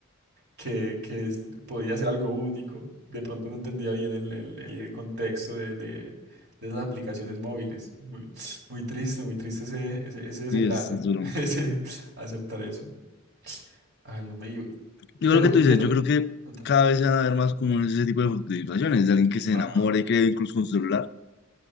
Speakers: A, on the right; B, on the left.
A: que, que es- podía ser algo único. De pronto no entendía bien el, el- el contexto de, de, de esas aplicaciones móviles. Muy, muy triste, muy triste ese, ese, ese desenlace,
B: Sí, es, es duro.
A: <laughs> ese aceptar eso. Ay, yo me...
B: Digo
A: Pero
B: lo que tú
A: eh,
B: dices,
A: te lo...
B: yo creo que
A: contame.
B: cada vez se van a ver más comunes ese tipo de de situaciones, de alguien que se
A: Ajá.
B: enamora y cree incluso con su celular,